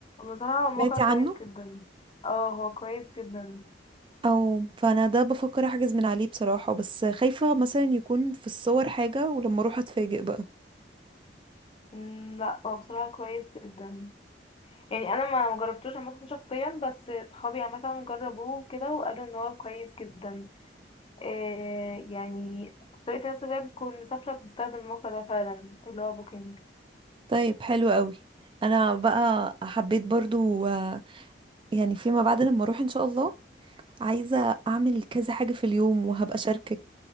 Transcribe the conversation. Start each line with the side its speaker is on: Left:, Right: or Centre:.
Left: بصراحة هو الموقع
Right: سمعتي
Left: كويس
Right: عنه
Left: جدا اه هو كويس جدا
Right: او فانا ده بفكر احجز من عليه بصراحة بس خايفة مثلا يكون في الصور حاجة ولما اروح اتفاجئ بقى
Left: مم، لا هو بصراحة كويس جدا يعني انا ما مجربتوش عامة شخصيا بس صحابي عامة جربوه كده وقالوا ان هو كويس جدا إيه يعني طريقة الناس اللي هي بتكون مسافرة بتستخدم الموقع ده فعلا اللي هو بوكينج
Right: طيب حلو قوي انا بقى حبيت برضو آه، يعني فيما بعد لما اروح ان شاء الله عايزة اعمل كذا حاجة في اليوم وهبقى شاركك